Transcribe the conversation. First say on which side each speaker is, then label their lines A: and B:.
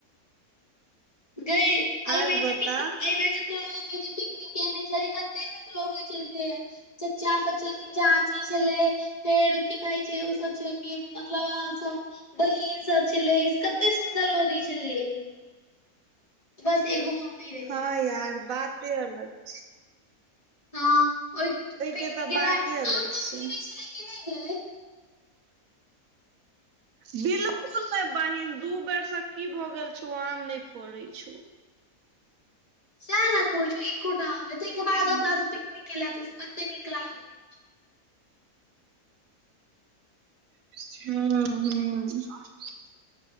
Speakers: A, on the left; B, on the right.
A: गे एहि
B: आर
A: बेर
B: बता
A: जे पिक ए बेर जे कलम मे जे पिकनिक केने छल कते न ओ छलखिन हे चाचा सब छलखिन झाझी छलै फेर की कहै छै ओ सब छलिखीन क मतलब अहाँ सब बहिन सब छलै कते सुन्दर लगै छलै बस एगो हम नहि रही
B: हँ यार बाते अलग छै
A: हँ ओय
B: ओहिके
A: पिकनिक
B: तऽ बाते
A: त आम ताम
B: अलग छै
A: गिरे छले क नहि गे
B: बिलकुल नहि बहिन दू बेरसँ की भऽ गेल छौ आम नहि फड़ै छौ
A: सेहने कहै छियौइको एको टाआम तेय के बाद
B: हूं
A: अपना सब पिकनिक केैला तुसभ कते नीक लागलै-
B: हॅंं हॅं <inaudible>